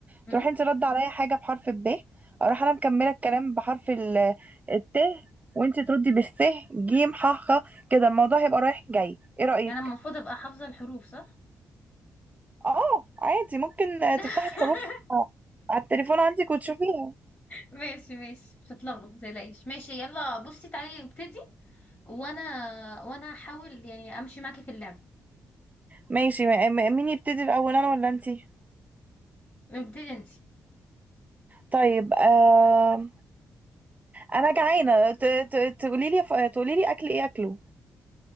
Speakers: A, on the left; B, on the right.
A: امم
B: تروح انت رد عليا حاجه بحرف الب اروح انا مكمله الكلام بحرف ال... الت وانت تردي بالس ج ح خ كده الموضوع هيبقى رايح جاي ايه رايك
A: يعني أنا المفروض ابقى حافظة الحروف صح
B: اه عادي ممكن
A: <laughs>
B: تفتحي الحروف على التليفون عندك وتشوفيها
A: ماشي ماشي مش هتلخبط متقلقيش ماشي يلا بصي تعالي نبتدي وانا وانا هحاول يعني امشي معاكي في اللعبة
B: ماشي م- م- مين يبتدي الاول انا ولا انتي
A: نبتدي انت
B: طيب آه انا جعانه ت- ت- تقولي لي تقولي لي اكل ايه اكله